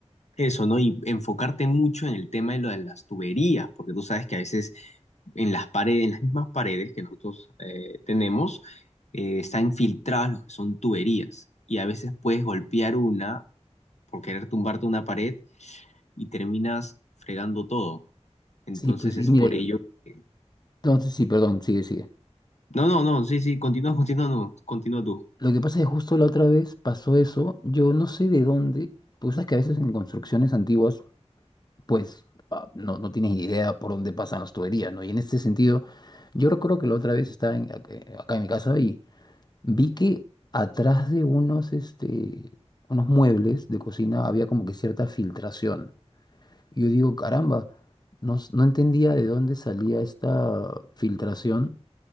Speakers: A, on the left; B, on the left.
A: eso, ¿no? Y enfocarte mucho en el tema de lo de las tuberías, porque tú sabes que a veces en las paredes, en las mismas paredes que nosotros eh, tenemos, eh, están filtrados los que son tuberías. Y a veces puedes golpear una por querer tumbarte una pared y terminas fregando todo. Entonces
B: Sí, pues,
A: es
B: y mire,
A: por ello
B: y-
A: que-
B: no, sí, sí, perdón, sigue, sigue.
A: No, no, no, sí, sí, continúa, continúa, no, continúa tú.
B: Lo que pasa es que justo la otra vez pasó eso, yo no sé de dónde, pues sabes que a veces en construcciones antiguas, pues ah, no, no tienes idea por dónde pasan las tuberías, ¿no? Y en este sentido, yo recuerdo que la otra vez estaba en- ac- eh, acá en mi casa Vi que atrás de unos, este, unos muebles de cocina había como que cierta filtración. Y Yo digo, caramba, no, s- no entendía de dónde salía esta filtración.